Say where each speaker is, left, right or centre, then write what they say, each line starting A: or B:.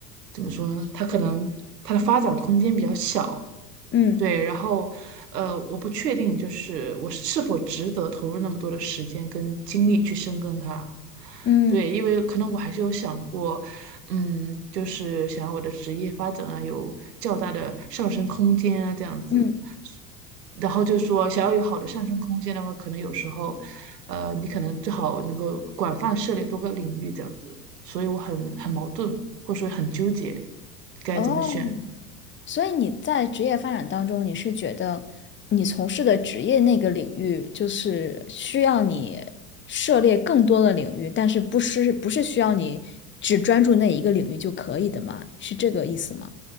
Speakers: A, on the right; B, on the left.
A: 怎么说呢？它可能它的发展空间比较小，
B: 嗯
A: 对，然后，呃，我不确定，就是我是否值得投入那么多的时间跟精力去深耕它。
B: 嗯
A: 对，因为可能我还是有想过，嗯，就是想要我的职业发展啊，有较大的上升空间啊，这样子。
B: 嗯，
A: 然后就说，想要有好的上升空间的话，可能有时候，呃，你可能最好能够广泛涉猎多个领域这样子。所以我很很矛盾，或者说很纠结，该怎么选。
B: 哦。所以你在职业发展当中，你是觉得你从事的职业那个领域，就是需要你涉猎更多的领域，但是不是不是需要你只专注那一个领域就可以的吗？是这个意思吗？